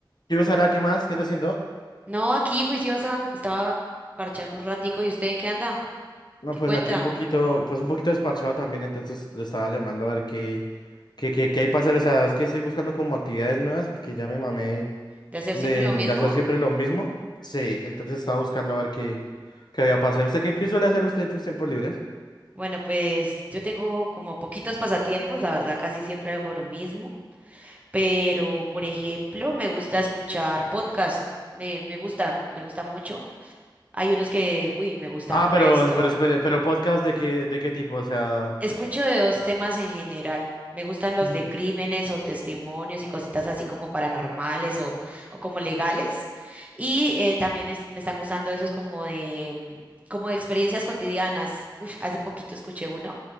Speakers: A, on the left; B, on the right.
A: Quiero saber a qué más, qué anda haciendo.
B: No, aquí juiciosa, estaba parchando un ratico. ¿Y usted en qué anda?
A: No,
B: ¿Qué
A: pues
B: cuenta?
A: aquí un poquito, pues un poquito desparchado también, entonces lo estaba llamando a ver qué, qué, qué, qué hay para hacer. O sea, es que estoy buscando como actividades nuevas porque ya me mamé
B: ¿De hacer
A: de,
B: siempre lo mismo?
A: de hacer siempre lo mismo. Sí, entonces estaba buscando a ver qué, qué había para hacer. ¿Usted qué, qué suele hacer usted en sus tiempos libres?
B: Bueno, pues yo tengo como poquitos pasatiempos, la verdad casi siempre hago lo mismo, pero por ejemplo me gusta escuchar podcast, me, me gusta, me gusta mucho. Hay unos que, uy, me gustan
A: Ah,
B: resto.
A: pero, pero, espere, pero podcast de qué, de qué tipo, o sea.
B: Escucho de dos temas en general. Me gustan los
A: Ujú.
B: de crímenes o testimonios y cositas así como paranormales o, o como legales. Y eh, también es- me están gustando esos como de, mm, como de experiencias cotidianas. Uy, hace poquito escuché uno